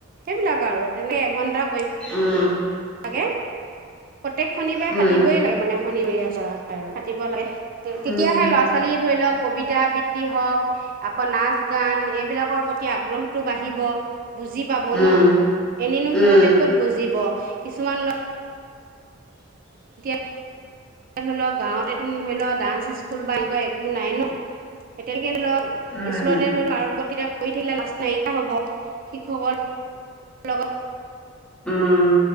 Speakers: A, on the right; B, in the centre.
A: সেইবিলাক আৰু যেনে এঘন্টা
B: উম।
A: আগে প্ৰত্যেক শনিবাৰে
B: উম
A: পাতিবই লাগে মানে। শনিবৰিয়া চৰা আৰু। পাতিব লাগে তেতিয়াহে
B: উম
A: ল'ৰা ছোৱালী ধৰি লওক। কবিতা আবৃত্তি হওক আকৌ নাচ গান এইবিলাকৰ প্ৰতি আগ্ৰহটো বাঢ়িব। বুজি পাব
B: উম,
A: ন? এনেনো
B: উম,
A: সিহঁতে ক'ত বুজিব? কিছুমান ল ধৰি লও গাঁৱতেটোন ধৰি ল ডান্স স্কুল বা এনেকুৱা একো নাই ন? এতিয়া <unintelligible> ধৰি লওক
B: উম,
A: স্কুলতে ধৰি লও আৰু প্ৰতি কৰি থাকিলে লাজ নাইকিয়া হ'ব, শিক্ষকৰ লগত।
B: ওম